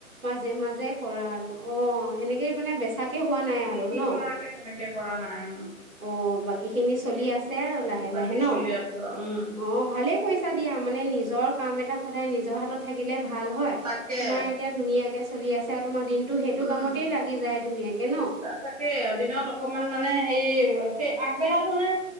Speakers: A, on the right (about 75°); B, on the right (about 25°).
A: মাজে-মাজে কৰা আৰু অ, সেনেকে মানে বেচাকে হোৱা নাই
B: বিক্ৰী
A: আৰু ন?
B: কৰাকে তেনেকে কৰা নাই উম।
A: অ', বাকী খিনি চলি আছে আৰু লাহে-লাহে
B: বাকী
A: ন,
B: চলি আছো আৰু উম
A: অ, ভালেই কৰিছা দিয়া মানে নিজৰ কাম এটা সদায় নিজৰ হাতত থাকিলে ভা ভাল হয়,
B: তাকে
A: তোমাৰ এতিয়া ধুনীয়াকে চ চলি আছে আৰু তোমাৰ দিনটো সেইটো
B: উম
A: কামতেই লাগি যায় ধুনীয়াকে ন
B: তাকে দিনত অকমান মানে হেৰি <unintelligible> আগবেলাটো মানে